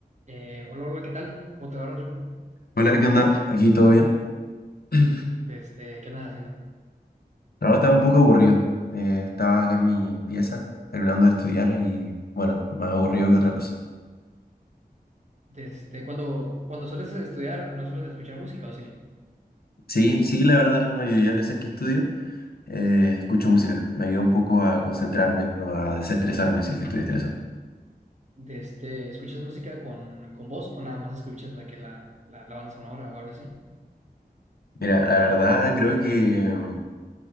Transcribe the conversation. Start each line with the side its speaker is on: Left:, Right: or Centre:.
Right: Eh, hola, hola, ¿qué tal? ¿Cómo te va, Rodrigo?
Left: Hola, ¿qué onda? Aquí todo bien. <clears throat>
Right: Desde, ¿qué andas haciendo?
Left: Ahora estaba un poco aburrido. Eh, estaba acá en mi pieza terminando de estudiar y bueno, más aburrido que otra cosa.
Right: Desde, cuando, cuando sueles estudiar, ¿no sueles escuchar música o sí?
Left: Sí, sí, la verdad, la mayoría de veces que estudio, eh, escucho música. Me ayuda un poco a concentrarme o a desestresarme si es que estoy estresado.
Right: Desde, ¿escuchas música con, con voz o nada más escuchas la que la, la, la banda sonora o algo así?
Left: Mira, la verdad creo que mm,